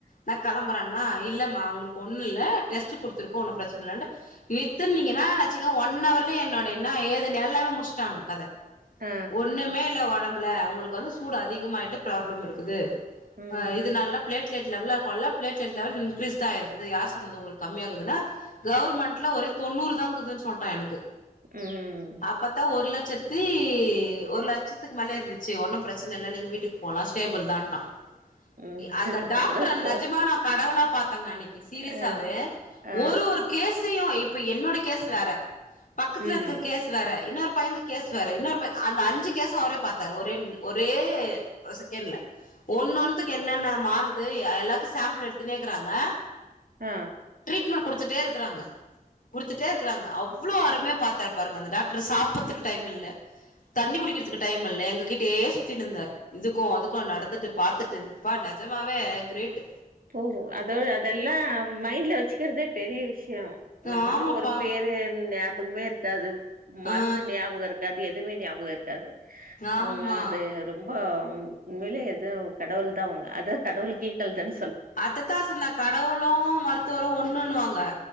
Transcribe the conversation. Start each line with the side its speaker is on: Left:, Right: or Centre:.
Left: நா கிளம்பறேண்ணா இல்லம்மா உங்களுக்கு ஒண்ணு இல்ல டெஸ்ட்டு குடுத்துருக்கோ ஒன்னு ப்ரெச்சன இல்லன்டு இர்த்துங்தீங்னா வச்சிக ஒன் அவர்லே என்னோடய இன்னா ஏதுன் எல்லாமே முட்ஷ்சட்டாங்க கத
Right: ஆ
Left: ஒண்ணுமே இல்ல ஒடம் <unintelligible> அவுங்குளுக் வந்து சூடு அதிகமாய்ட்டு ப்ராப்ளம் இருக்குது
Right: ம்
Left: அ இதுனால ப்ளேட்லட் லெவலா போல ப்ளேட்லெட் லெவல் இன்கரீஸ் தா ஆய்ருக்குது யார் சொன்னது உங்க கம்மியாகதுன்னா கவர்மெண்ட்ல ஒரு தொண்ணூறு இருக்குதுன் சொல்டா எனக்கு
Right: ம்
Left: அப்பத்தா ஒரு லட்சத் தி ஒரு லட்சத்துக் மேல இருந்துச்சு ஒன்னும் ப்ரெச்சன இல்ல நீங்க வீட்டுக்கு போலா ஸ்டேபிள் தான்ட்டா
Right: ம்
Left: இ அந்த
Right: அப்பதா
Left: டாக்ட்ரு
Right: போ
Left: நெஜமா நா கடவுளா ங்க அன்னைக்கு சீரியஸாவே
Right: ஆ ஆ
Left: ஒரு ஒரு கேஸ் யூ இப்ப என்னோட கேசு வேற பக்கத்துல
Right: ம்
Left: இருக்க கேஸ் வேற இன்னொரு பயந்துக்கு கேஸ் வேற இன்னொரு பை அந்த அஞ்சு கேசு அவரே பாத்தாரு ஒரேன் ஒரே ஒ செகண்ட்ல ஒன்னனொன் த்துக்கு என்னென்ன மாறுது எ எல்லாக்கூ சேம்பிள் எடுத்துனேக்குறாங்க
Right: ஆ
Left: <unintelligible> குடுத்துட்டே இருக்குறாங்க குடுத்துட்டே இருக்குறாங்க அவ்வுளோ அருமையா பாத்தாருப் பாருங்க அந்த டாக்ட்ரு சாப்புற்துக்கு டைம் இல்ல தண்ணி குடிக்கிறதுக்கு டைம் இல்ல எங்க கிட்டயே சுத்தினுந்தார் இதுக்கூ அதுக்கூ நடந்துட்டு பாத்துட் ட்டு ப்பா நெஜமாவே கிரேட்டு
Right: போகு அதோ அதெல்லா மைண்ட்ல வெச்சுக்கிற்தே பெரிய விஷயோ நமக்குல்லா
Left: ஆமாப்பா
Right: ஒரு பேரு நியாப் பகமே இருக்காது மருந்து
Left: ஆ
Right: ஞாபகோ இருக்காது எத் துமே ஞாபகோ இருக்காது
Left: ஆமா
Right: அவங்க அது ரொம்போ ம் உண்மையிலே எதோ கடவுள் தா அவுங்க அதா கடவுள்க்கு ஈக்குவள் தான்
Left: அத்தத்தா சொன்ன கடவுளூ மருத்துவரூ ஒன்னுன்னு வாங்க